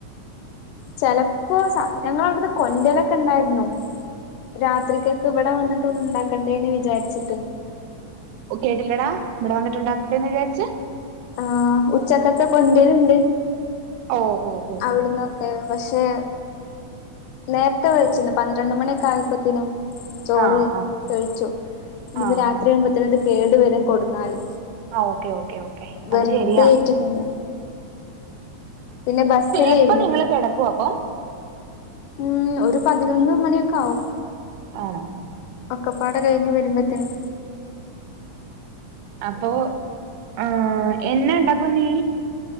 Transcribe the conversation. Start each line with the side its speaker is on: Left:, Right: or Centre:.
Left: ചലപ്പോ ഞങ്ങളവിടുന്ന് കൊന്റലക്കെ ഇണ്ടായിരുന്നു രാത്രികെക്ക് ഇവിടെ വന്നിട്ട് ഉണ്ടാക്കണ്ടേന്ന് വിചാരിച്ചിട്ട്
Right: കേട്ടില്ലെടാ ഇവിടെ വന്നിട്ടുണ്ടാക്കണ്ടേന്ന് വിചാരിച്ചു
Left: ആഹ് ഉച്ചക്കത്തെ കൊന്റല് ഇണ്ട്
Right: ഓഹോ ഹോ ഹോ
Left: അവിടന്നൊക്കെ പക്ഷേ നേരത്തെ വിളിച്ചിരുന്നു പന്ത്രണ്ട് മണി ആയപ്പോത്തേനും ചോറ്
Right: ആഹ് ആഹ്
Left: കഴിച്ചു ഇനിയിപ്പം
Right: ആഹ്
Left: രാത്രി
Right: ആഹ്
Left: ആകുമ്പത്തേനും ഇത് കേടു വരും കൊടുന്നാല്
Right: ആഹ് ഓക്കെ ഓക്കെ ഓക്കെ
Left: വെർതെ
Right: അത് ശരിയാ
Left: ആയിട്ടിക്കന്ന പിന്നെ ബസിലായിരുന്നു
Right: എപ്പൊ നിങ്ങള് കിടക്കും അപ്പം
Left: ഉം ഒരു പതിനൊന്ന് മണിയൊക്കെ ആവും
Right: ആണോ
Left: ഒക്കപ്പാട കഴിഞ്ഞ് വരുമ്പത്തേനും
Right: അപ്പൊ ആഹ് എന്നാ ഉണ്ടാക്കും നീ